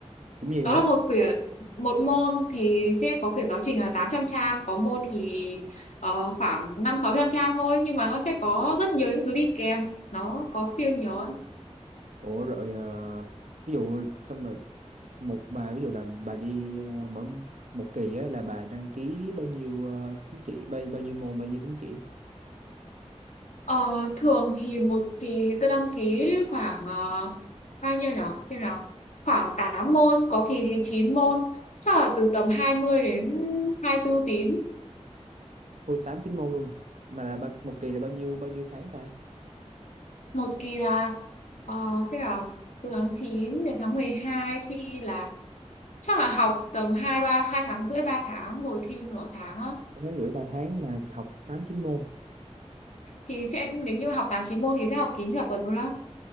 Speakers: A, on the right; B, on the left.
A: cũng nhiều
B: đó
A: ấy
B: là một quyển một môn thì sẽ có quyển giáo trình là 800 trang có môn thì ờ, khoảng năm sáu trăm trang thôi nhưng mà nó sẽ có rất nhiều những thứ đi kèm nó có siêu nhiều ấy.
A: ủa rồi ờ, ví dụ xong rồi một bà ví dụ là bà đi ờ, mỗi một kỳ á là bà đăng ký bao nhiêu ờ, tín chỉ bao, bao nhiêu môn bao nhiêu tín chỉ
B: Ờ, thường thì một kỳ tôi đăng ký khoảng ờ, bao nhiêu nhở xem nào khoảng 8 môn có kỳ thì 9 môn chắc là từ tầm 20 đến 24 tín
A: ôi tám chín môn luôn mà là ba, một kỳ là bao nhiêu bao nhiêu tháng ta
B: một kỳ là ờ, xem nào từ tháng 9 đến tháng 12 thi là chắc là học tầm hai ba hai tháng rưỡi ba tháng rồi thi nửa tháng á
A: Ba tháng rưỡi ba tháng mà học tám chín môn
B: thì sẽ nếu như học tám chín môn thì sẽ học kín cả tuần luôn á